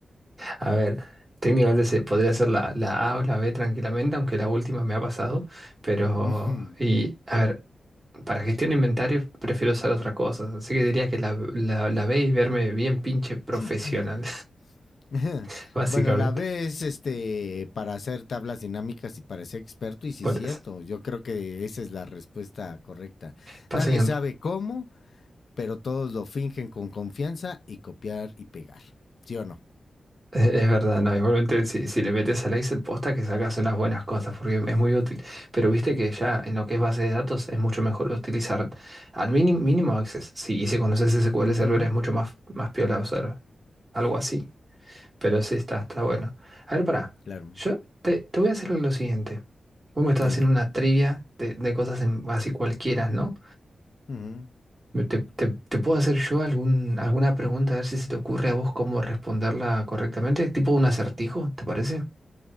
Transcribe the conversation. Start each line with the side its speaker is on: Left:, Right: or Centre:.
Right: A ver, técnicamente se podría ser la, la A o la B tranquilamente, aunque la última me ha pasado. Pero,
Left: <clears throat>
Right: y, a ver, Para gestión de inventarios prefiero usar otra cosa, así que diría que la, la, la ve y verme bien pinche profesional,
Left: <laughs> <laughs>
Right: <laughs> básicamente,
Left: Bueno, la B es este para hacer tablas dinámicas y para ser experto, y sí
Right: por
Left: es cierto,
Right: eso.
Left: yo creo que esa es la respuesta correcta.
Right: Pasa
Left: Nadie
Right: que en-
Left: sabe cómo, pero todos lo fingen con confianza y copiar y pegar. ¿Sí o no?
Right: eh, es verdad, ¿no? Igualmente si, si le metes al Excel posta que sacas unas buenas cosas, porque es muy útil, pero viste que ya en lo que es base de datos es mucho mejor utilizar al mínimo, mínimo Access, sí, y si conoces SQL
Left: Ujú,
Right: Server es mucho más, más piola usar algo así. Pero sí, está, está bueno. A ver, pará.
Left: claro,
Right: Yo te, te voy a hacer lo siguiente. Vos me estás
Left: dime.
Right: haciendo una trivia de, de cosas en- así cualquiera, ¿no?
Left: Ujú.
Right: Me- Te, te- te puedo hacer yo algún, alguna pregunta, a ver si se te ocurre a vos cómo responderla correctamente. Tipo un acertijo, ¿te parece?